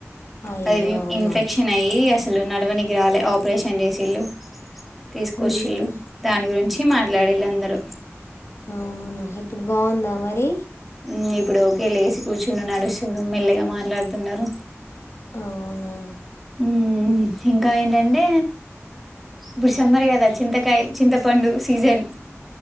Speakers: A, on the left (about 60°); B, in the centre.
A: అయ్యో
B: అది
A: అవునా
B: ఇన్ఫెక్షన్ అయ్యి అసలు నడవనికి రాలే ఆపరేషన్ చేసిళ్ళు. తీసుకొచ్చిళ్ళు
A: ఊహు
B: దాని గురించి మాట్లాడిళ్ళు అందరూ.
A: అవునా ఇప్పుడు బావున్దా మరీ.
B: మ్మ్ ఇప్పుడు ఓకే లేసి కూర్చుం నడుస్తును మెల్లగ మాట్లాడుతున్నారు.
A: అవునా
B: మ్మ్ ఇంకా ఏంటంటే ఇప్పుడు సమ్మర్ గదా చింతకయ చింతపండు సీజన్